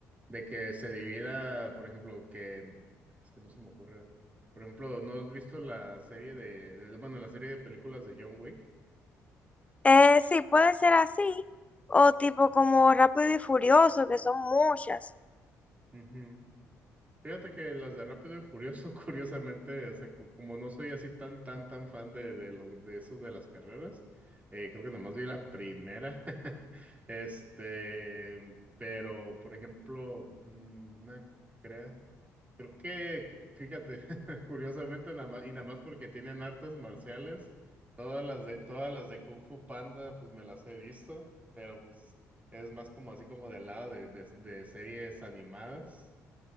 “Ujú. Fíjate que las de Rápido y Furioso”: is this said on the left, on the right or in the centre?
Right